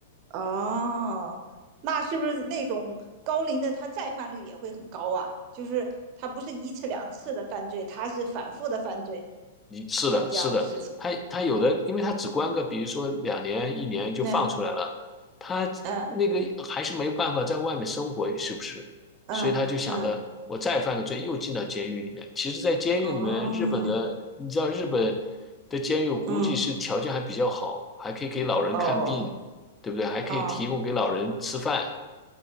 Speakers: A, on the right (about 40°); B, on the left (about 15°).
A: 哦，那是不是那种高龄的他再犯率也会很高啊？就是他不是一次两次的犯罪，他是反复的犯罪，
B: 你是的，
A: 干这样的事情。
B: 是的，他他有的，因为他只关个，比如说两年、一年就放出来了，
A: 那
B: 他那个还是没有办法在外面生活，
A: 嗯
B: 是不是？
A: 嗯嗯
B: 所以他就想着，我再犯个罪，又进到监狱里面。其实，在监狱里面，
A: 嗯
B: 日本的，
A: 哦，
B: 你知道日本的监狱，我估计是条件还比较好，
A: 嗯
B: 还可以给老人看病，
A: 哦
B: 对不对？还可以提供给老人吃饭。
A: 哦。